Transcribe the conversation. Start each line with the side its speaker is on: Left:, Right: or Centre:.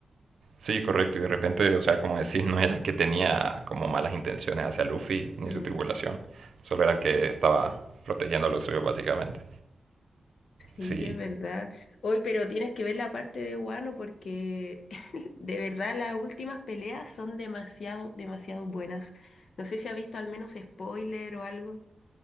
Right: sí, correcto, y de repente, o sea, como decís, no era que tenía como malas intenciones hacia Luffy ni
Left: Mm,
Right: su tripulación, solo era que estaba protegiendo a los suyos básicamente.
Left: sí,
Right: Sí,
Left: es verdad. Hoy, pero tienes que ver la parte de Wano porque <laughs> de verdad las últimas peleas son demasiado, demasiado buenas. No sé si ha visto al menos spoiler o algo.